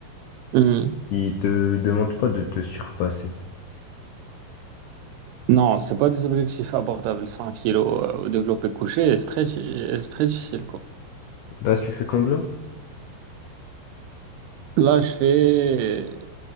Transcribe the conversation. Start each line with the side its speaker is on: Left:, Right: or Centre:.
Right: Hmm.
Left: Ils te demandent pas de te surpasser.
Right: Non, c'est pas des objectifs abordables, 100 kilos euh, au développé couché, et c'est très, et c'est très difficile, quoi.
Left: Là, tu fais comme là?
Right: Là, je fais,